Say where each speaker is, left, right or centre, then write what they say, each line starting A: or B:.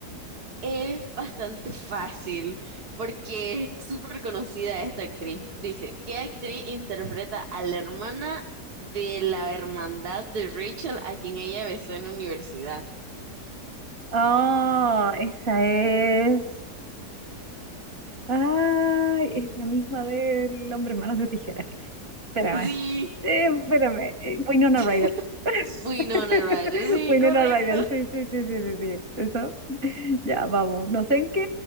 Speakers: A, on the right; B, on the right.
A: es bastante fácil porque es súper conocida esta actriz. Dice, ¿qué actriz interpreta a la hermana de la hermandad de Rachel a quien ella besó en la universidad?
B: Oh, esa es. Ay, es la misma del hombre manos de tijera. Espérame.
A: Sí.
B: Eh, espérame, eh, Winona
A: <laughs>
B: Ryder. <laughs>
A: Winona Ryder, sí,
B: Winona
A: correcto.
B: Ryder, sí, sí, sí, sí, sí, sí. Eso. <laughs> Ya, vamos. No sé en qué,